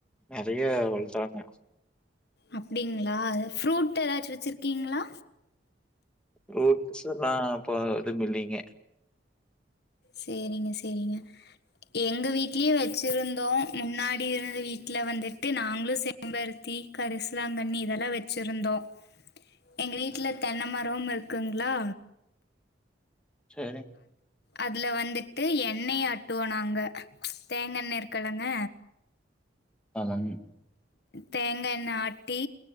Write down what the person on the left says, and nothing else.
அப்படிங்களா அதுல ஃப்ரூட் ஏதாச்சு வச்சிருக்கீங்களா
சேரிங்க சேரிங்க எங்க வீட்லயும் வச்சிருந்தோம் முன்னாடி இருந்த வீட்ல வந்துட்டு நாங்களும் செம்பருத்தி கரிசுலாங்கண்ணி இதெல்லா வச்சிருந்தோம் எங்க வீட்ல தென்னை மரமும் இருக்குங்களா
அதுல வந்துட்டு எண்ணெய் ஆட்டுவோம் நாங்க தேங்காண்ண இருக்குலங்க
தேங்காண்ண ஆட்டி